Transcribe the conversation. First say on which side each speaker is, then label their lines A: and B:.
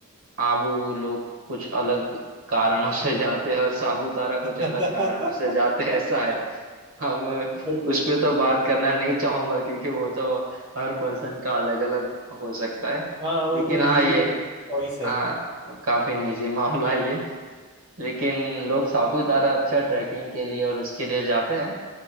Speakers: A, on the right; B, on the right.
A: आबू लोग कुछ अलग कारणों से जाते हैं और सापुतारा कुछ
B: <laughs>
A: अलग कारणों से जाते हैं ऐसा हम
B: ओके
A: उस पे तो बात करना नहीं चाहूंगा क्योंकि वो तो हर पर्सन का अलग अलग हो सकता है
B: हाँ वो
A: लेकिन
B: तो निजी
A: हाँ ये
B: चॉइस है
A: हाँ काफी निजी मामला है ये लेकिन लोग सापुतारा अच्छा ट्रैकिंग के लिए और उसके लिए जाते हैं